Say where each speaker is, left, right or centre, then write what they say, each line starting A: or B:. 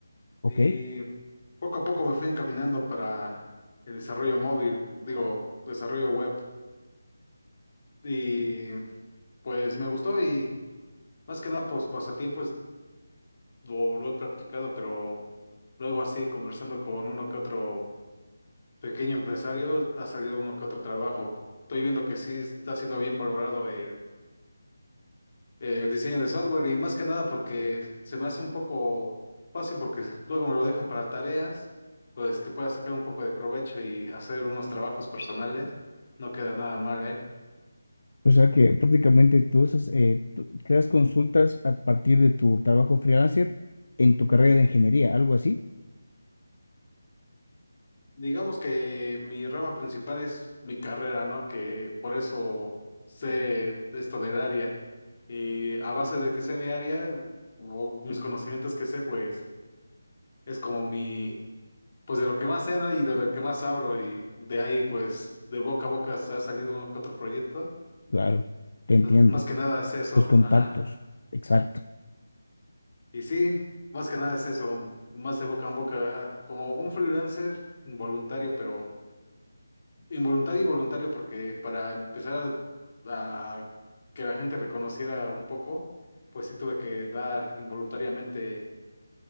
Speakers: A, on the left (about 60°); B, on the left (about 35°).
A: ¿Ok?
B: y poco a poco me fui encaminando para el desarrollo móvil, digo, desarrollo web. Y pues me gustó y más que nada, pues pasatiempos lo, lo he practicado, pero luego así conversando con uno que otro. pequeño empresario, ha salido uno que otro trabajo. Estoy viendo que sí está siendo bien valorado el, el diseño de software y más que nada porque se me hace un poco fácil porque luego me lo dejan para tareas, pues que pueda sacar un poco de provecho y hacer unos trabajos personales. No queda nada mal, ¿eh?
A: O sea que prácticamente tú, haces, eh, tú creas consultas a partir de tu trabajo freelancer en tu carrera de ingeniería, algo así.
B: Digamos que mi rama principal es mi carrera, ¿no? Que por eso sé esto del área. Y a base de que sé mi área o mis conocimientos que sé, pues Es como mi, pues de lo que más sé, ¿no? Y de lo que más abro y de ahí, pues, de boca a boca se ha salido uno que otro proyecto.
A: Claro, te entiendo.
B: Más que nada es eso,
A: Tus contactos.
B: ajá.
A: Exacto.
B: Y sí, más que nada es eso, más de boca a boca, ¿verdad? como un freelancer involuntario, pero involuntario y voluntario, porque para empezar a que la gente reconociera un poco, pues sí tuve que dar involuntariamente,